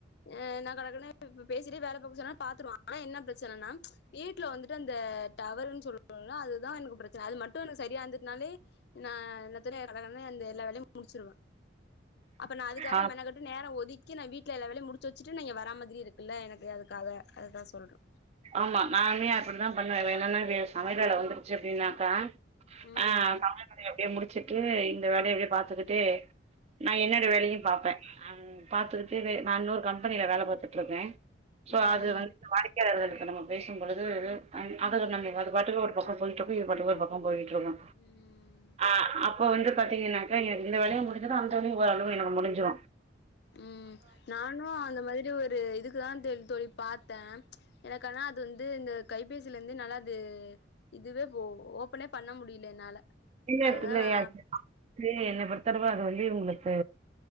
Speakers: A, on the left; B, on the right.
A: ஆ நா கடகடன்னு பேசிட்டே வேல பாப்போ சொன்னா நா பாத்துடுவே ஆனா என்ன பிரச்சனனா வீட்ல வந்துட்டு அந்த டவருன்னு சொல்றோம்ல அதுதா எனக்கு பிரச்சன அது மட்டும் எனக்கு சரியா இருந்துதுனாலே நான் எல்லாத்துலயு <unintelligible> எல்லா வேலயு முடிச்சிருவே அப்ப நா அதுக்காக
B: ஆ
A: மெனக்கெ நேரம் ஒதுக்கி நா வீட்ல எல்லா வேலயு முடிச்சு வச்சுட்டு நா இங்க வர்ற மாதிரி இருக்குல்ல எனக்கு அதுக்காக அதுதா சொல்றே
B: ஆமா நானுமே அப்டித்தா பண்ணுவே வேணும்னா வே சமையல் வேல வந்துருச்சு அப்டின்னாக்கா
A: ம்
B: ஆ சமையல் வேலய எப்டியே முடிச்சுட்டு இந்த வேலய அப்டியே பாத்துக்கிட்டே நா என்னோட வேலயு பாப்பே பாத்துக்கிட்டே வே நா இன்னொரு கம்பெனில வேல பாத்துட்டு இருக்கே சோ
A: ம்
B: அது வந்து வாடிக்கையாளர்களுக்கு நம்ம பேசும் பொழுது அது
A: ம்
B: நம்ம
A: ம்
B: அது பாட்டுக்கு ஒரு பக்கம் போயிட்டு இருக்கு இது பாட்டுக்கு ஒரு பக்கம் போயிட்டு இருக்கு
A: ம்
B: ஆ அப்போ வந்து பாத்தீங்கனாக்கா எ இந்த வேலயும் முடிஞ்சுரு அந்த வேலயும் ஓரளவு எனக்கு முடிஞ்சுரு
A: ம் நானு அந்த மாதிரி ஒரு இதுக் <unintelligible> தோழி பாத்தே எனக்கு ஆனா அது வந்து இந்த கைபேசில இருந்து என்னால அது இதுவே போ ஓபனே பண்ண முடில என்னால
B: சீனியரிட்டி
A: அதுதா நா
B: <inaudible> என்னை பொறுத்தவர அது வந்து உங்களுக்கு